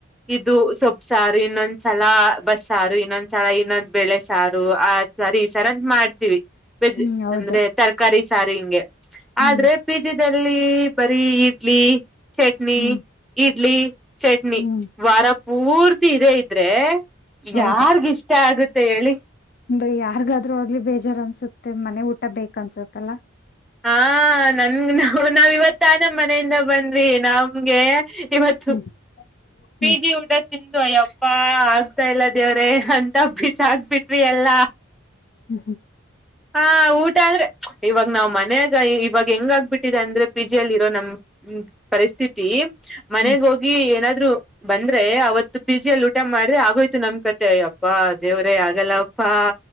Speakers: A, in the centre; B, on the left.
A: ಇದು ಸೊ ಸಾರು ಇನ್ನೊಂದ್ಸಲ ಬಸ್ ಸಾರು ಇನ್ನೊಂದ್ಸಲ ಇನ್ನೊಂದ. ಬೇಳೆ ಸಾರು ಆ ಸಾರ ಈ ಸಾರ ಮಾಡ್ತೀವಿಜ
B: ಹ್ಮ್ ಹೌದು
A: ಅಂದ್ರೆ ತರಕಾರಿ. ಸಾರಿ ಹಿಂಗೆ
B: ಹ್ಮ್
A: ಆದ್ರೆ ಪೀಜದಲ್ಲಿ ಬರೀ ಇಡ್ಲಿ. ಚಟ್ನಿ
B: ಹ್ಮ್
A: ಇಡ್ಲಿ ಚಟ್ನಿ
B: ಹ್ಮ್
A: ವಾರ ಪೂರ್ತಿ ಇದೆ ಇದ್ರೆ.
B: ಹೌದು
A: ಯಾರಿಗೆ ಇಷ್ಟ ಆಗುತ್ತೆ ಹೇಳಿ.
B: ಅಂದ್ರೆ ಯಾರ್ಗಾದ್ೂ ಆಗ್ಲಿ ಬೇಜಾರ್ು ಅನ್ಸುತ್ತೆ ಮನೆ ಊಟ ಬೇಕ ಅನ್ಸುತ್ತಲ್ಲ.
A: ಹಾ ನಂಗ್ ನಾ ನಾವ ಇವತ್ತ. ತಾನ ಮನೆಯಿಂದ ಬಂದ್ವಿ ನಮ್ಗೆ ಇವತ್ತು
B: ಹ್ಮ್
A: ಪಿ
B: ಹ್ಮ್
A: ಜಿ ಊಟ ತಿಂದ ಆಯಪ್ಪ ಆಗ್ತಾ ಇಲ್ಲ ದೇವ್ರೆ ಅಂತ ಬಿಸಕ ಬಿಟ್ವಿ ಎಲ್ಲಾ.
B: ಹ್ಮ್ ಹ್ಮ್
A: ಹಾ ಊಟ ಅಂದ್ರೆ ಇವಾಗ ನಾವ್ ಮನ್ಯಾಗ ಇವಾಗ ಹೆಂಗ ಆಗ್ಬಿಟ್ಟಿದೆ ಅಂದ್ರೆ ಪಿಜಿಯಲ್ಲಿ ಇರೋ ನಮ್ ಹ್ಮ್ ಪರಿಸ್ಥಿತಿ ಮನೆಗ್
B: ಹ್ಮ್
A: ಹೋಗಿ ಏನಾದ್. ರು ಬಂದ್ರೆ ಅವತ್ತು ಪಿ ಜಿಯಲ್ಲಿ ಊಟ ಮಾಡ್ರೆ ಆಗೋಯ್ತು ನಮ್ ಕತೆ ಯಪ್ಪಾ ದೇವ್ರೇ ಆಗಲ್ಲ. ಹಾ